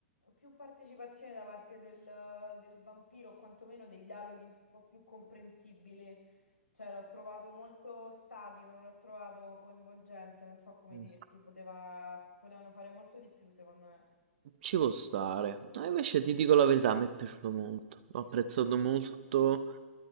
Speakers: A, on the left; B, on the right.
A: più partecipazione da parte del, del vampiro, o quantomeno dei dialoghi un po' più comprensibili. Cioè l'ho trovato molto statico, non l'ho trovato coinvolgente, non so come
B: Mm.
A: dirti, poteva- potevano fare molto di più secondo me.
B: Ci può stare. No, invece ti dico la verità, mi è piaciuto molto. Ho apprezzato molto